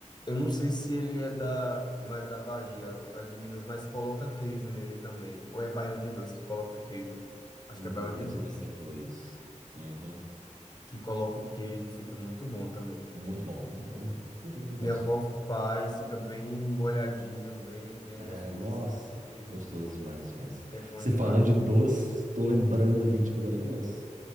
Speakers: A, on the left; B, on the right.
A: eu não sei se ele é da mais da Bahia, ou é de Minas, mas coloca queijo nele também. Ou é baião de dois que coloca queijo? Acho
B: hum,
A: que é baião de
B: deve
A: dois
B: ser Baião de Dois. Uhum.
A: que coloca o queijo, e fica muito bom também.
B: Muito bom, muito bom, muito bom. É doido, eu
A: Minha
B: gosto.
A: avó faz, fica bem molhadinho, bem bem
B: É,
A: gostoso
B: nossa,
A: assim. Queijo
B: gostoso demais, mas
A: é bom
B: você
A: demais.
B: falando de doce, tô lembrando aqui de quando eu era criança.